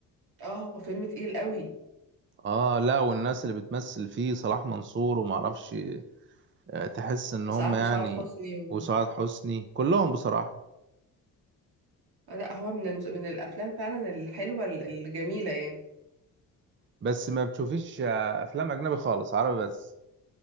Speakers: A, on the right; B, on the right.
A: اه هو فيلم تقيل قوي
B: اه لا والناس اللي بتمثل فيه صلاح منصور ومعرفش آه، تحس ان هم
A: سعاد
B: يعني
A: سعاد حسني و...
B: وسعاد حسني كلهم بصراحة
A: آه، لأ هو من المس... من الأفلام فعلا الحلوة ال- الجميلة يعني
B: بس ما بتشوفيش آه، افلام اجنبي خالص عربي بس